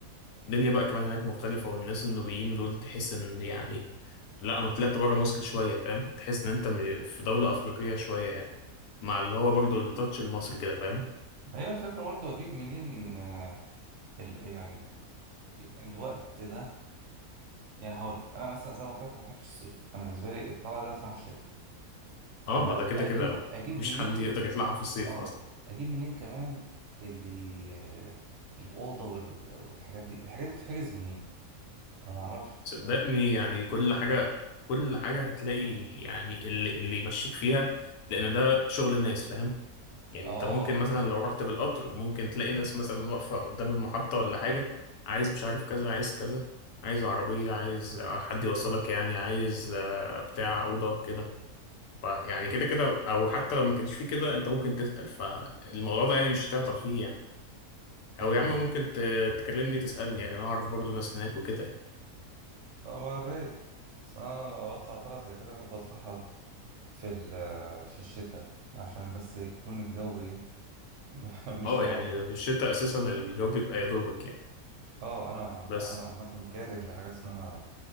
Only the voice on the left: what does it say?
الدنيا بقى كمان هناك مختلفة والناس النوبيين دول تحس إن يعني لا أنا طلعت بره مصر شوية فاهم تحس إن أنت م- في دولة أفريقية شوية يعني مع اللي هو برضه التاتش المصري كده فاهم
اه
ما ده كده كده أو
مفيش
حد يقدر يطلعها في الصيف
أصلا
صدقني يعني كل حاجة كل حاجة هتلاقي يعني اللي اللي يمشيك فيها لأن ده شغل الناس فاهم يعني
انت ممكن مثلا لو رحت بالقطر ممكن تلاقي ناس مثلا واقفة قدام المحطة ولا حاجة عايز مش عارف كذا عايز كذا عايز عربية عايز آه، حد يوصلك يعني عايز آه، بتاع أوضة كده فيعني كده كده أو حتى لو ما كانش فيه كده أنت ممكن تسأل فالموضوع ده يعني مش هتعطل فيه يعني
أو يا عم ممكن ت- تكلمني تسألني يعني أنا أعرف برضه ناس هناك وكده يعني
أه
يعني في الشتاء أساسا الجو بيبقى يا دوبك يعني
بس